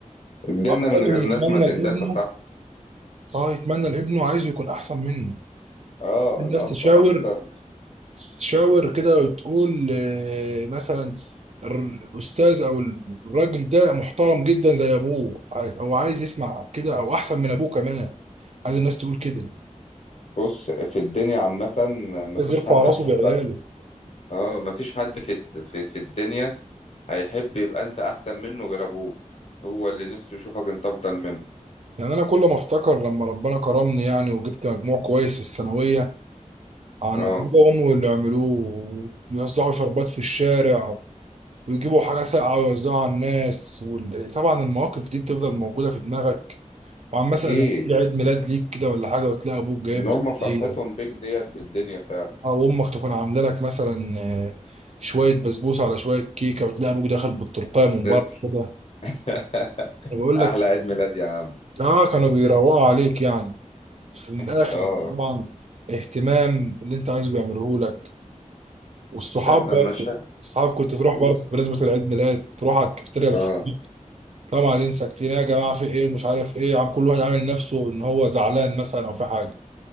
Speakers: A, on the left (about 50°); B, on the right (about 55°).
A: الجنه
B: الاب
A: من
B: دايما
A: غير
B: يتمنى
A: ناس ما تندسى
B: لابنه
A: صح
B: اه يتمنى لابنه عايزه يكون احسن منه
A: اه
B: الناس
A: الاب
B: تشاور
A: اكتر
B: تشاور كده وتقول آه، مثلا ال- الاستاذ او الراجل ده محترم جدا زي ابوه عاي- او عايز يسمع كده او احسن من ابوه كمان عايز الناس تقول كده
A: بص في الدنيا عامه مفيش
B: عايز يرفع
A: حد
B: راسه
A: هيحبك
B: بعياله
A: اه مفيش حد في الد- في في الدنيا هيحب يبقى انت احسن منه غير ابوك هو اللي نفسه يشوفك انت افضل منه
B: يعني انا كل ما افتكر لما ربنا كرمني يعني وجبت مجموع كويس في الثانويه عن
A: اه
B: ابوه وامه اللي عملوه ويوزعوا شربات في الشارع ويجيبوا حاجه ساقعه ويوزعوها على الناس وطبعا المواقف دي بتفضل موجوده في دماغك وعن مثلا
A: اكيد
B: لما تيجي عيد ميلاد ليك كده ولا حاجه وتلاقي ابوك جايب
A: ان هم
B: لك
A: فرحتهم
B: هديه
A: بيك ديت بالدنيا فعلا
B: او امك تكون عامله لك مثلا آه، شويه بسبوسه على شويه كيكه وتلاقي ابوك داخل بالتورتايه من
A: تسلم
B: بره كده
A: <laughs>
B: أنا بقول لك
A: احلى عيد ميلاد يا عم
B: اه كانوا بيروقوا عليك يعني في الاخر
A: <laughs> اه
B: يعني طبعا اهتمام اللي انت عايزه بيعملوه لك والصحاب
A: فعلا
B: برضه
A: مش
B: الصحاب كنت تروح
A: بص
B: برضه بمناسبة العيد ميلاد تروح على الكافتيريا لاصحابك
A: اه
B: طبعا ننسى كتير يا جماعة في ايه مش عارف ايه عم كل واحد عامل نفسه ان هو زعلان مثلا او في حاجة